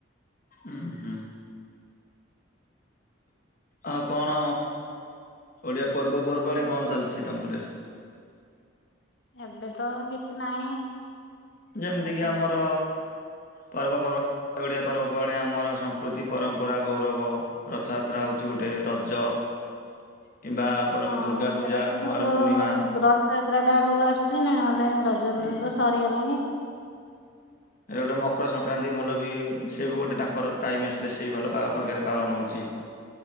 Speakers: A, on the left (about 50°); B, on the left (about 70°).
A: ଉୁଁ ହୁଁ। ଆଉ କଣ ଓଡ଼ିଆ ପର୍ବପର୍ବାଣି କଣ ଚାଲିଛି ତମ ପଟେ?
B: ଏବେ ତ କିଛି ନାହିଁ।
A: ଯେମିତିକି
B: ପର୍ବ
A: ଆମର ପର୍ବପର୍ବା ଓଡ଼ିଆ ପର୍ବ ପଡେ ଆମର ସଂକୃତି, ପରମ୍ପରା, ଗୌରବ। ରଥଯାତ୍ରା ହଉଛି ଗୋଟେ ରଜ କିମ୍ବା ପର୍ବ
B: ହଁ
A: ଦୁର୍ଗା ପୂଜା
B: ସେଟା ତ
A: କୁମାର
B: ସବୁ
A: ପୂର୍ଣ୍ଣିମା
B: ହୁଁ, ରଥଯାତ୍ରା ଟା ଆଗକୁ ଆସୁଛି ନା, ହେଲେ ରଜ ଫଜ
A: ଉଁ ହୁଁ।
B: ତ ସ ହେଇ ଗଲାଣି।
A: ଏ ଗୋଟେ ମକର ସଂକ୍ରାନ୍ତି ଭଲ ବି ସିଏ ବି ଗୋଟେ ତାଙ୍କର ଟାଇମ୍ ଆସିଲେ ସେ ଭଲ ବା- ବାଗରେ ପାଳନ ହଉଛି।